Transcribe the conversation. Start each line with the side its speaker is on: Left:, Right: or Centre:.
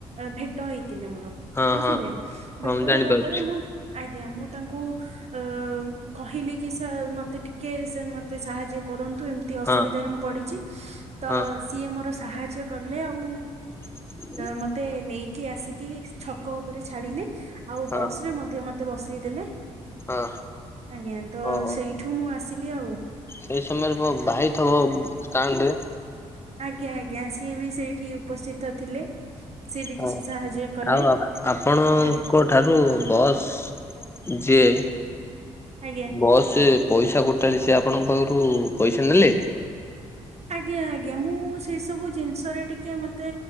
Right: ଭେଟ ହେଇଥିଲେ ମୋର
Left: ହଁ
Right: ବୁଝିଲେ
Left: ହଁ ହଁ
Right: ଭେଟ
Left: ମୁଁ ଜାଣିପାରୁଛି
Right: ହେବା ପରେ ମୁଁ ଆଜ୍ଞା ମୁଁ ତାଙ୍କୁ ଅ କହିଲି କି ସାର୍ ମତେ ଟିକେ ସେ ମତେ ସାହାଯ୍ୟ କରନ୍ତୁ ଏମିତି ଅସୁବିଧାରେ
Left: ହଁ
Right: ମୁଁ ପଡିଛି ତ
Left: ହଁ
Right: ସିଏ ମୋର ସାହାଯ୍ୟ କଲେ ଆଉ
Left: <inaudible>
Right: ମତେ ନେଇକି ଆସିକି ଛକ ଉପରେ ଛାଡିଲେ ଆଉ
Left: ହଁ
Right: ବସ ରେ ମଧ୍ୟେ ମ୍ ମତେ ବସେଇଦେଲେ
Left: ହଁ
Right: ଆଜ୍ଞା ତ
Left: ଓହୋ
Right: ସେଇଠୁ ମୁଁ ଆସିଲି ଆଉ।
Left: ସେଇ ସମୟରେ ମୋ ଭାଇ ଥବ ଷ୍ଟାଣ୍ଡ ରେ।
Right: ଆଜ୍ଞା ଆଜ୍ଞା ସିଏ ବି ସେଇଠି ଉପସ୍ଥିତ ଥିଲେ। ସିଏ ବି
Left: ହ
Right: କିଛି ସାହାଯ୍ୟ କଲେ।
Left: ଆଉ ଆପଣ
Right: ଆଁ,
Left: ଙ୍କ ଠାରୁ ବସ୍ ଯିଏ
Right: ଆଜ୍ଞା
Left: ବସ୍ ପଇସା ଗୋଟାଳି ସେ ଆପଣଙ୍କ ପାଖରୁ ପଇସା ନେଲେ?
Right: ଆଜ୍ଞା ଆଜ୍ଞା ମୁଁ ସେ ସବୁ ଜିନିଷରେ ଟିକେ ମତେ